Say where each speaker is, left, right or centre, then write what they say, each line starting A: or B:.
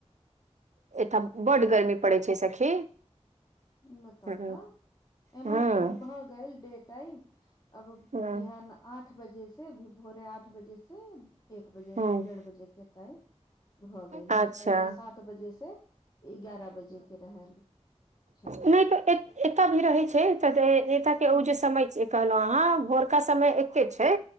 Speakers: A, on the right; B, on the left.
A: अय ठम बड गर्मी पड़ै छै सखी
B: बताउ
A: हूँ
B: तऽ एम्हर
A: हूँ
B: तो भऽ गेल डे टाइम अब
A: हूँ
B: बिहान आठ बजे से भोरे आठ बजे से एक बजे
A: हूँ
B: डेढ़ बजे के टाइम भऽ गेल
A: अच्छा
B: नय तऽ पहिले सात बजे से एगारह बजे के रहल छलै
A: नय तऽ एते एतय भी रहै छै तऽ एत के
B: हूँ
A: जे समय छै कहलहु अहाँ भोरका समय एके छै